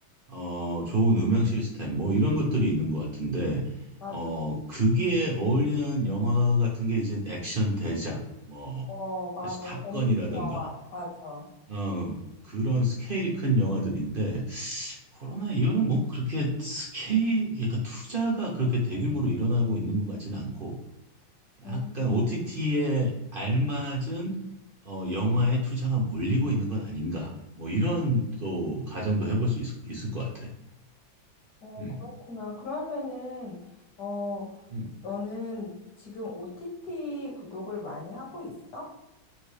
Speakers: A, on the right; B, on the left.
A: 어 좋은 음향 시스템 뭐 이런 것들이 있는 것 같은데
B: 맞아.
A: 어 거기에 어울리는 영화 같은 게 이제 액션 대작 뭐
B: 어, 맞아.
A: 사실 탑건이라든가
B: 범죄 영화, 맞아.
A: 어? 어, 그런 스케일이 큰 영화들인데 코로나 이후로는 뭐 그렇게 스케일 약간 투자가 그렇게 대규모로 일어나고 있는 것 같지는 않고 약간
B: 음,
A: OTT에 알맞은 어, 영화의 투자가 몰리고 있는 건 아닌가 뭐 이런 또 가정도 해볼 수 있, 있을 것 같아.
B: 어,
A: 음,
B: 그렇구나. 그러면은, 어,
A: 음.
B: 너는 지금 OTT 구독을 많이 하고 있어?